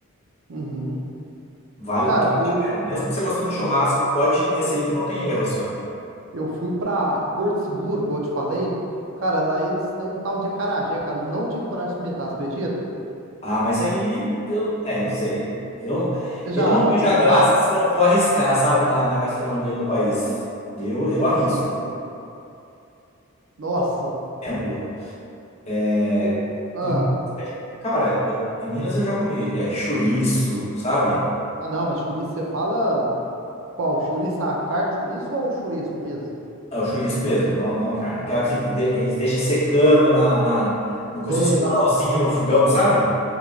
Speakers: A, on the right; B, on the left.
A: Uhum.
B: Vale,
A: Cara,
B: então vale
A: eu,
B: a pena. Mesmo que você gostando de
A: ah,
B: churrasco, pode ir nesse aí que não tem erro, assim, ó.
A: eu fui pra Porto Seguro, como eu te falei. Cara, lá eles têm um tal de acarajé, cara. Eu não tive coragem de experimentar, você acredita?
B: Ah, mas aí eu, é, não sei. Eu,
A: Você
B: eu
A: já
B: não vejo
A: viu
B: a
A: falar?
B: graça se não for arriscar, sabe, na, na gastronomia do país. Eu, eu
A: Nossa
B: arrisco.
A: Senhora. Nossa.
B: Por exemplo, é,
A: Eu... Ah.
B: em- cara, eu, em Minas eu já comi é, chouriço, sabe?
A: ah, não, mas chouriço você fala qual? Chouriço a carne de chouriço ou chouriço mesmo?
B: É o chouriço mesmo, não, não a carne. Aquela que fica- de- eles deixam secando na, na, no, como
A: Sei.
B: se fosse um canalzinho no fogão, sabe?